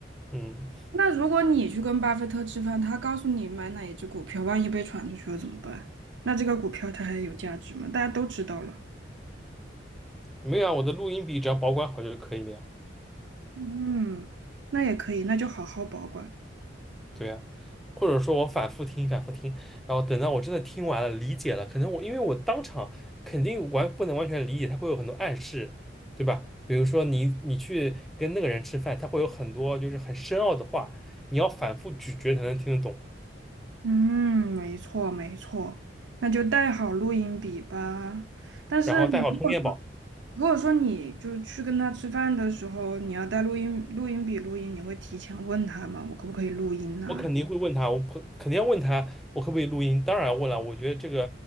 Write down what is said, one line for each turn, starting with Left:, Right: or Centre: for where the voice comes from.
Centre: 嗯，
Right: 那如果你去跟巴菲特吃饭，他告诉你买哪一只股票，万一被传出去了怎么办？那这个股票它还有价值吗？大家都知道了。
Centre: 没有啊，我的录音笔只要保管好就可以了呀。
Right: 嗯，那也可以，那就好好保管。
Centre: 对呀，或者说我反复听、反复听，然后等到我真的听完了、理解了，可能我因为我当场肯定完不能完全理解，他会有很多暗示，对吧？比如说你你去跟那个人吃饭，他会有很多就是很深奥的话，你要反复咀嚼才能听得懂。
Right: 嗯，没错没错，那就带好录音笔吧。但是你如果说
Centre: 然后带好充电宝，
Right: 如果说你就去跟他吃饭的时候，你要带录音录音笔录音，你会提前问他吗？我可不可以录音呢、
Centre: 我肯定会问他，我不肯定要问他我可不可以录音，当然问了，我觉得这个